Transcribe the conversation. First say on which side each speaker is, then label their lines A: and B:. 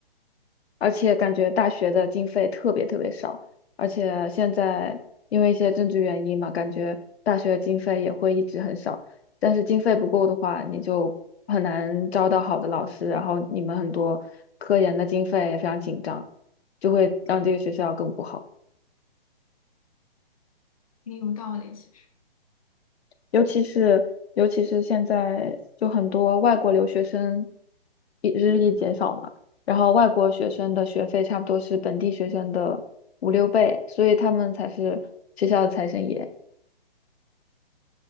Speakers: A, on the left; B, on the left.
A: 而且感觉大学的经费特别特别少，而且现在因为一些政治原因嘛，感觉大学的经费也会一直很少。但是经费不够的话，你就很难招到好的老师，然后你们很多科研的经费也非常紧张，就会让这个学校更不好。
B: 也有道理，其实
A: 尤其是尤其是现在就很多外国留学生一日益减少嘛，然后外国学生的学费差不多是本地学生的五六倍，所以他们才是学校的财神爷。